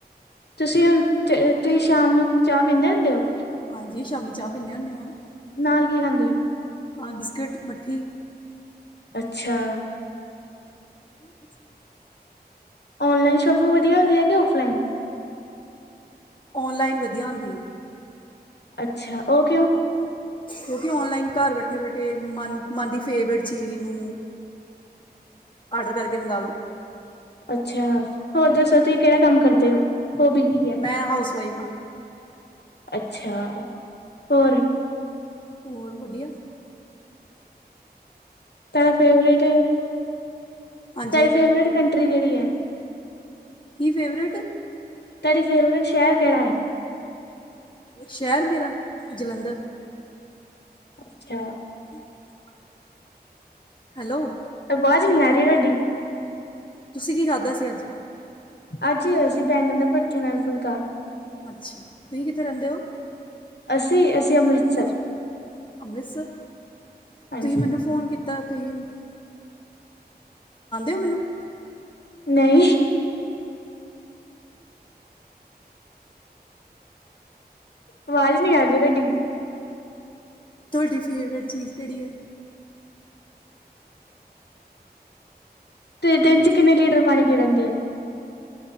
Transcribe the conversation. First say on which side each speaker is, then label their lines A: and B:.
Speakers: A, on the left (about 80°); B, on the left (about 30°).
A: ਤੁਸੀਂ ਹੁਣ, ਤੁਸੀਂ ਸ਼ਾਮ ਨੂੰ ਚਾਹ ਪੀਂਦੇ ਹੁੰਦੇ ਹੋ?
B: ਹਾਂਜੀ, ਸ਼ਾਮੀ ਚਾਹ ਪੀਂਦੇ ਹੁੰਦੇ ਆ।
A: ਨਾਲ ਕੀ ਖਾਂਦੇ ਹੋ?
B: ਅ ਬਿਸਕਿਟ, ਮੱਠੀ।
A: ਅੱਛਾ।
B: <inaudible> <unintelligible>
A: ਔਨਲਾਈਨ ਸ਼ੋਪਿੰਗ ਵਧੀਆ ਹੁੰਦੀ ਹੈ ਕਿ ਔਫਲਾਈਨ?
B: ਔਨਲਾਈਨ, ਵਧੀਆ ਹੁੰਦੀ।
A: ਅੱਛਾ, ਉਹ ਕਿਉਂ?
B: ਕਿਉਂਕਿ ਓਨਲਾਈਨ ਘਰ ਬੈਠੇ ਬੈਠੇ ਮਨ, ਮਨ ਦੀ ਫੇਵਰੇਟ ਚੀਜ਼ ਨੂੰ ਆਰਡਰ ਕਰ ਕੇ ਮੰਗਵਾ ਲੋਂ।
A: ਅੱਛਾ, ਹੋਰ ਦੱਸੋ ਤੁਸੀਂ ਕਿਹੜਾ ਕੰਮ ਕਰਦੇ ਹੋ? ਹੋਬੀ ਕੀ ਏ?
B: ਮੈਂ ਹਾਊਸ ਵਾਈਫ ਹਾਂ
A: ਅੱਛਾ, ਹੋਰ।
B: ਹੋਰ, ਵਧੀਆ।
A: ਤੁਹਾਡਾ ਫੇਵਰੇਟ?
B: ਹਾਂਜੀ
A: ਤੁਹਾਡੀ ਫੇਵਰੇਟ, ਕੰਟਰੀ ਕਿਹੜੀ ਹੈ?
B: ਕੀ ਫੇਵਰੇਟ?
A: ਤੁਹਾਡੀ ਫੇਵਰੇਟ ਸ਼ਹਿਰ ਕਿਹੜਾ ਹੈ?
B: ਸ਼ਹਿਰ ਮੇਰਾ, ਜਲੰਧਰ।
A: ਅੱਛਾ।
B: <inaudible> <unintelligible> ਹੈਲੋ।
A: ਆਵਾਜ਼, ਨੀ ਆ ਰਹੀ ਤੁਹਾਡੀ?
B: ਤੁਸੀਂ ਕੀ ਖਾਧਾ ਸੀ ਅੱਜ
A: ਅੱਜ ਅਸੀ ਬੈਂਗਣ ਦੇ ਬੜਥੇ ਨਾਲ ਫੁਲਕਾ।
B: ਅੱਛਾ, ਤੁਸੀਂ ਕਿੱਥੇ ਰਹਿੰਦੇ ਓ?
A: ਅਸੀਂ ਅਸੀਂ ਅੰਮ੍ਰਿਤਸਰ
B: ਅੰਮ੍ਰਿਤਸਰ ਤੁਸੀ
A: ਹਾਂਜੀ
B: ਮੈਨੂੰ ਫੋਨ ਕੀਤਾ। ਤ ਤੁਸੀ ਹੋ ਮੈਨੂੰ
A: ਨਈ। ਆਵਾਜ਼ ਨੀ ਆ ਰਹੀ ਤੁਆਡੀ
B: ਤੁਆਡੀ ਫੇਵਰੇਟ ਚੀਜ਼ ਕਿਹੜੀ ਹੈ?
A: ਤੇ ਦਿਨ ਚ ਕਿੰਨੇ ਲੀਟਰ ਪਾਣੀ ਪੀ ਲੈਦੇ ਓ?